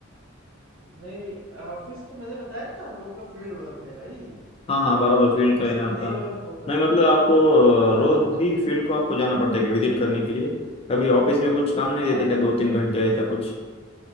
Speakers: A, on the right; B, on the left.
A: नहीं भाई ऑफिस तो मैंने बताया ना हम लोग का फील्ड वर्क है भाई
B: हाँ हाँ बराबर फील्ड
A: ऑफिस
B: का है ना
A: में
B: आपका
A: नहीं वर्क होता
B: नहीं मतलब आपको
A: हाँ
B: अ, रोज ही फील्ड को आपको जाना पड़ता है कि विजिट करने के लिए कभी ऑफिस में कुछ काम नहीं
A: हाँ
B: देते क्या दो तीन घंटे ऐसा कुछ